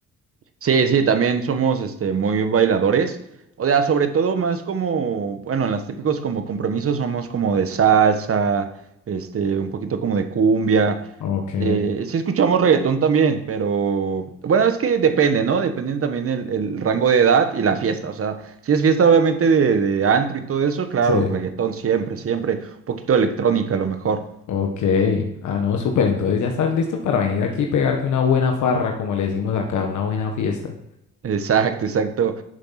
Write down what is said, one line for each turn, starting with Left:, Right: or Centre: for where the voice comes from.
Right: Sí, sí, también somos este, muy bailadores. O sea, sobre todo más como, bueno, en las típicos como compromisos somos como de salsa, este, un poquito como de cumbia.
Left: Ok,
Right: Eh, sí escuchamos reggaetón también, pero bueno, es que depende, ¿no? Depende también el, el rango de edad y la fiesta. O sea, si es fiesta obviamente de, de antro y todo eso, claro,
Left: sí.
Right: reggaetón siempre, siempre. Un poquito de electrónica a lo mejor.
Left: Ok, ah no, súper, entonces ya estás listo para venir aquí y pegarte una buena farra, como le decimos acá, una buena fiesta.
Right: Exacto, exacto.